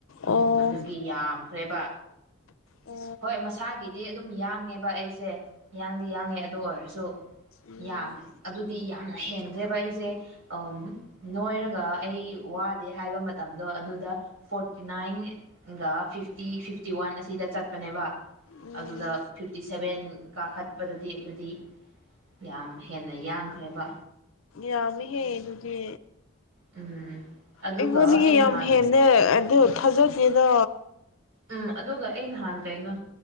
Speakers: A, on the left (about 75°); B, on the right (about 70°).
A: ꯑꯣ
B: ꯑꯗꯨꯒꯤ ꯌꯥꯝꯈ꯭ꯔꯦꯕ
A: ꯑꯣ
B: ꯍꯣꯏ ꯃꯁꯥꯒꯤ ꯗꯤ ꯑꯗꯨꯝ ꯌꯥꯡꯉꯦꯕ ꯑꯩꯁꯦ ꯌꯥꯡꯗꯤ ꯌꯥꯡꯉꯦ ꯑꯗꯨ ꯑꯣꯏꯔꯁꯨ
A: ꯎꯝ
B: ꯌꯥꯝ ꯑꯗꯨꯗꯤ ꯌꯥꯝ ꯍꯦꯟꯅꯈ꯭ꯔꯦꯕ ꯑꯩꯁꯦ ꯎꯝ ꯅꯣꯏꯔꯒ ꯑꯩ ꯋꯥꯗꯦ ꯍꯥꯏꯕ ꯃꯇꯝꯗꯣ ꯑꯗꯨꯗ ꯐꯣꯔꯇꯤ ꯅꯥꯏꯟꯒ ꯐꯤꯐꯇꯤ ꯐꯤꯐꯇꯤ ꯋꯥꯟ ꯑ ꯁꯤꯗ ꯆꯠꯄꯅꯦꯕ
A: ꯎꯝ
B: ꯑꯗꯨꯗ ꯐꯤꯞꯇꯤ ꯁꯚꯦꯟ ꯀꯥꯈꯠꯄꯗꯗꯤ ꯑꯗꯨꯗꯤ ꯌꯥꯝ ꯍꯦꯟꯅ ꯌꯥꯡꯈ꯭ꯔꯦꯕ
A: ꯌꯥꯝꯃꯤꯍꯦ ꯑꯗꯨꯗꯤ
B: ꯎꯝ ꯑꯗꯨꯒ
A: ꯑꯩꯉꯣꯟꯗꯒꯤ
B: ꯑꯩ
A: ꯌꯥꯝ
B: ꯅꯍꯥꯟ
A: ꯍꯦꯟꯅ ꯑꯗ ꯊꯥꯖꯒꯦꯗ
B: ꯎꯝ ꯑꯗꯨꯒ ꯑꯩ ꯅꯍꯥꯟ ꯀꯩꯅꯣ